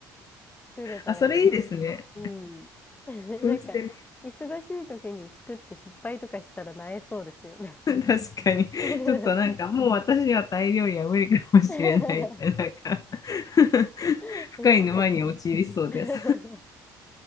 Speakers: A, on the left (about 20°); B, on the left (about 40°).
A: <laughs> 作れたらいい
B: あ、それいいですね。
A: うん。<laughs> なんか、
B: そうしてみ
A: 忙しい時に作って失敗とかしたらなえそうですよね。
B: る <laughs> 確かに。
A: <laughs>
B: ちょっとなんかもう私にはタイ料理は無理かもしれないみたいななんか
A: 確
B: <laughs>
A: かに。
B: 深い沼に陥りそうです。
A: <laughs>